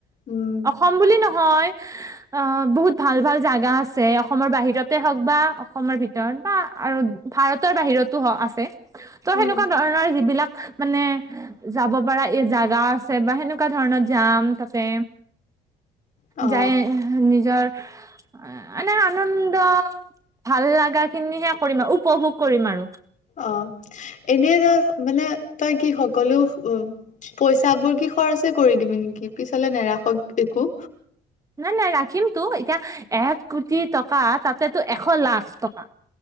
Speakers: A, on the left; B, on the right.
A: উম
B: অসম বুলি নহয় হয় অহ ', বহুত ভাল - ভাল জাগা আছে অসমৰ বাহিৰতে হওক বা অসমৰ ভিতৰত। বা আৰু ভাৰতৰ বাহিৰতো আছে। ত' সেনেকুৱা
A: উম
B: ধৰণৰ যিবিলাক মানে যাব পৰা এই জাগা আছে বা সেনেকুৱা ধৰণত যাম তাতে।
A: অ
B: যাই নিজৰ মানে আনন্দ ভাল লগা খিনীহে কৰিম আৰু উপভোগ কৰিম আৰু।
A: অহ ', এনেই ধৰ মানে তই কি সকলো পইচাবোৰ কি খৰচে কৰি দিমি নেকি পিছলে নেৰাখক একো।
B: নাই - নাই ৰাখিমতো এতিয়া এক কোটি টকা তাতেতো এশ লাখ টকা।